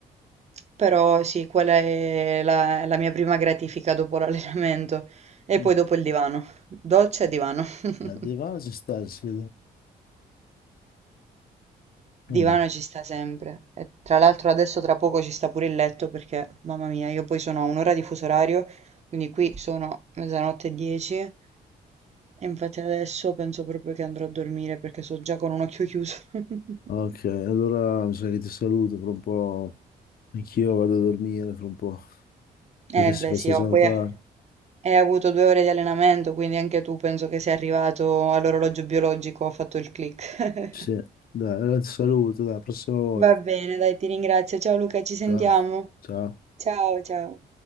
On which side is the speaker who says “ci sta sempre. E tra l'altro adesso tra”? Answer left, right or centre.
Right